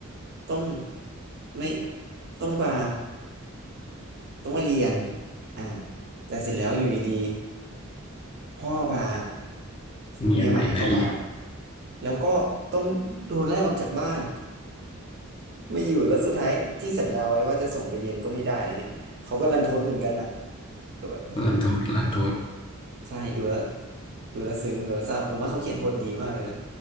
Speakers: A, on the right (about 50°); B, on the left (about 25°).
A: ต้องไม่ต้องมาต้องมาเรียนอ่าแต่เสร็จแล้วอยู่ดีๆพ่อพา
B: เมียใหม่มาอีก
A: เมียอใหม่เข้ามา แล้วก็ต้องโดนไล่ออกจากบ้านไม่อยู่แล้วสุดท้ายที่สัญญาไว้ว่าจะส่งไปเรียนก็ไม่ได้อะไรเงี้ยเขาก็รันทดเหมือนกันอ่ะก็แบบอื้อหืม
B: ลันทดลันทด
A: ใช่ดูแล้วดูแล้วซึ้งดูแล้วเศร้าผมว่าเขาเขียนบทดีมากเลยนะ